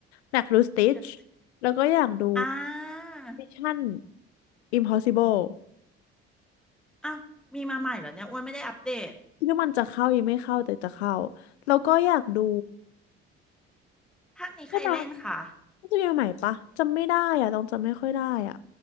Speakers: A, on the left (about 85°); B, in the centre.
A: อยากดูสติช
B: อยาก
A: แล้วก็อยากดู
B: อ่า
A: Mission Impossible
B: อ้าวมีมาใหม่เหรอเนี่ยอ้วนไม่ได้อัปเดต
A: คิดว่ามันจะเข้ายังไม่เข้าแต่จะเข้าแล้วก็อยากดู
B: ภาคนี้ใครเล่นคะ
A: ใช่ไหมมันจะมีใหม่ปะจำไม่ได้อ่ะตองจำไม่ค่อยได้อ่ะ